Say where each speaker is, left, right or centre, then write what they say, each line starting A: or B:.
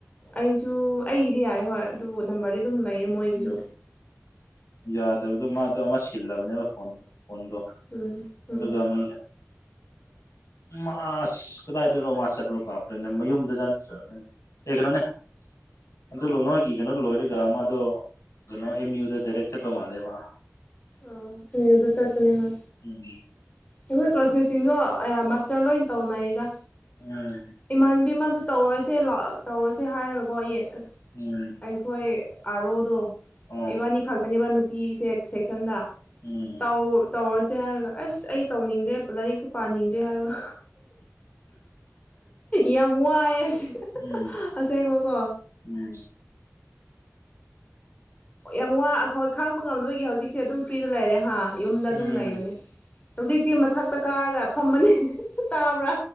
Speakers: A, on the left; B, on the left.
A: ꯑꯩꯁꯨ ꯑꯩꯒꯤꯗꯤ ꯌꯥꯏ ꯍꯣꯏ ꯑꯗꯨꯕꯨ ꯅꯝꯕ꯭ꯔꯗꯤ ꯑꯗꯨꯝ ꯂꯩꯌꯦ ꯃꯣꯏꯒꯤꯁꯨ
B: ꯎꯝ ꯌꯥꯗꯕꯗꯣ ꯃꯥꯗꯣ ꯑꯃ ꯁꯤꯜꯂꯕꯅꯦꯕ ꯐꯣꯟ ꯐꯣꯟꯗꯣ
A: ꯎꯝ ꯎꯝ
B: ꯑꯗꯨꯒ ꯑꯃꯩꯅ ꯃꯥꯁ ꯀꯗꯥꯏꯗꯅꯣ ꯃꯥ ꯆꯠꯂꯨꯔ ꯀꯥꯎꯈ꯭ꯔꯦꯅꯦ ꯃꯌꯨꯝꯗ ꯅꯠꯇ꯭ꯔ ꯑꯦ ꯀꯩꯅꯣꯅꯦ ꯑꯗꯨꯂꯣ ꯅꯣꯏꯒꯤ ꯀꯩꯅꯣ ꯂꯣꯏꯔꯦ ꯗ ꯃꯥꯗꯣ ꯀꯩꯅꯣ ꯑꯦꯝ ꯌꯨꯗ ꯗꯥꯏꯔꯦꯛ ꯆꯠꯄ ꯃꯜꯂꯦꯕ
A: ꯑ ꯑꯦꯝ ꯌꯨꯗ ꯆꯠꯄꯅꯦ ꯃꯥ
B: ꯎꯝ
A: ꯑꯩꯈꯣꯏ ꯀ꯭ꯂꯥꯁꯃꯦꯠꯁꯤꯡꯗꯣ ꯑꯌꯥ ꯃꯥꯁꯇ꯭ꯔ ꯂꯣꯏ ꯇꯧꯅꯩꯗꯥ
B: ꯎꯝ
A: ꯏꯃꯥꯟꯅꯕꯤ ꯑꯃꯁꯨ ꯇꯧꯔꯁꯦ ꯂꯥꯎ ꯇꯧꯔꯁꯦ ꯍꯥꯏꯔꯒꯀꯣ ꯌꯦ
B: ꯎꯝ
A: ꯑꯩꯈꯣꯏ ꯑꯥꯔꯣꯗꯣ
B: ꯑꯣ
A: ꯏꯕꯥꯅꯤ ꯈꯛꯇꯅꯦꯕ ꯅꯨꯄꯤꯁꯦ ꯁꯦꯛꯁꯟꯗ
B: ꯎꯝ
A: ꯇꯧꯔꯁꯦ ꯍꯥꯏꯔꯒ ꯑꯁ ꯑꯩ ꯇꯧꯅꯤꯡꯗ꯭ꯔꯦ ꯂꯥꯏꯔꯤꯛꯁꯨ ꯄꯥꯅꯤꯡꯗ꯭ꯔꯦ ꯍꯥꯏꯕ ꯌꯥꯝ ꯋꯥꯏꯑꯦ ꯑꯁ
B: ꯎꯝ
A: ꯑꯁꯦꯡꯡꯕꯣꯀꯣ
B: ꯎꯝ
A: ꯌꯥꯝ ꯋꯥ ꯑꯩꯣꯏ ꯈꯥꯡꯕ ꯉꯝꯗꯣꯏꯒꯤ ꯍꯧꯖꯤꯛꯁꯦ ꯑꯗꯨꯝ ꯐ꯭ꯔꯤꯗ ꯂꯩꯔꯦ ꯍꯥ ꯌꯨꯝꯗ
B: ꯎꯝ
A: ꯑꯗꯨꯝ ꯂꯩꯕꯅꯦ ꯍꯧꯖꯤꯛꯇꯤ ꯃꯊꯛꯇ ꯀꯥꯔꯒ ꯐꯝꯃꯅꯤ ꯇꯥꯕ꯭ꯔꯥ